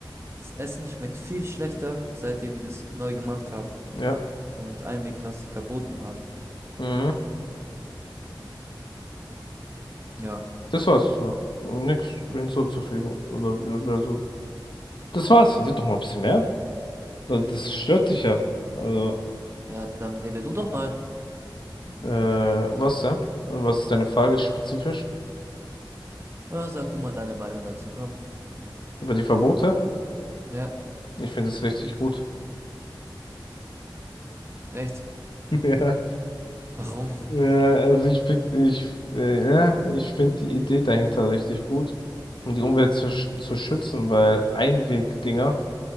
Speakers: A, on the right (about 30°); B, on the left (about 70°).
A: das Essen schmeckt viel schlechter, seitdem die das neu gemacht haben
B: Ja.
A: und Einwegplastik verboten haben.
B: Mhm.
A: Ja,
B: Das war's so. Nichts hinzuzufügen. Oder, oder so. Das war's. Red doch mal ein bisschen mehr. Da- Das stört dich ja. Also.
A: ja, dann rede du doch mal.
B: Äh, was denn? Was ist deine Frage spezifisch?
A: Ja, sag du mal deine Meinung dazu, komm.
B: Über die Verbote?
A: Ja,
B: Ich finde es richtig gut.
A: echt.
B: <laughs> Ja,
A: Warum?
B: äh, also ich find, ich, äh, ja, ich finde die Idee dahinter richtig gut, um die Umwelt zu, sch- zu schützen, weil Einwegdinger,